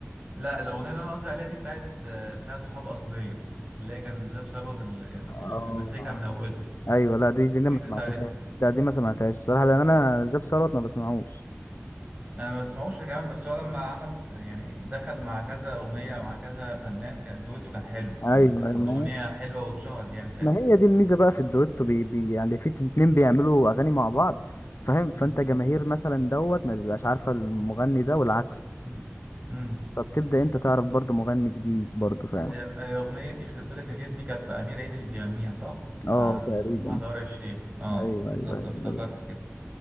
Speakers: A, on the right; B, on the left.
A: لا الأغنية اللي أنا قصدي عليها دي بتاعت آه، بتاعت صحاب أصلية اللي هي كان زي ثروت اللي اللي
B: اه
A: ماسكها من أولها
B: ايوه لا دي دي انا ما
A: أكيد
B: سمعتهاش
A: أنت عارفها
B: لا دي ما سمعتهاش صراحة لان انا زاب ثروت ما بسمعوش
A: انا ما بسمعوش كمان بس هو لما عمل يعني دخل مع كذا اغنيه مع كذا فنان كان دويتو كان حلو
B: ايوه
A: يعني كانت الاغنيه
B: ايوه
A: حلوه واتشهرت يعني ساعتها
B: ما هي دي الميزه بقى في الدويتو بي بي يعني في اتنين بيعملوا اغاني مع بعض فاهم فانت
A: مم.
B: جماهير مثلا دوت ما بيبقاش عارفه المغني ده والعكس
A: مم. امم
B: فبتبدا انت تعرف برضو مغني جديد برضو فاهم
A: هي هي اغنيه يخرب بيتك يا كيف دي كانت بامير عيد اللي بيغنيها صح مع
B: اه تقريبا
A: مع دار الشيخ اه
B: ايوه
A: بالظبط
B: ايوه ايوه
A: افتكرت
B: ايوه
A: كده